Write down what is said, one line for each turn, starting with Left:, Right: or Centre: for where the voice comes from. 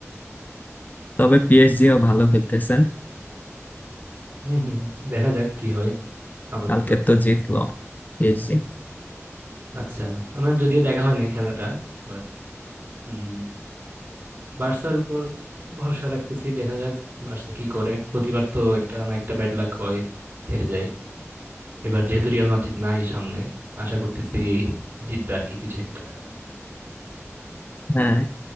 Left: তবে পিএসজিও ভালো খেলতেছে
Right: হম হম দেখা যাক কি হয় আপাতত
Left: কালকে তো জিতলো পিএসজি
Right: আচ্ছা আমার যদিও দেখা হয় নাই খেলাটা বাট উম বার্সার উপর ভরসা রাখতেছি দেখা যাক বার্সা কি করে প্রতিবার তো একটা না একটা ব্যাড লাক হয় হেরে যায় এবার যেহেতু রিয়াল মাদ্রিদ নাই সামনে আশা করতেছি জিতবে আর কি কিছু একটা
Left: হ্যাঁ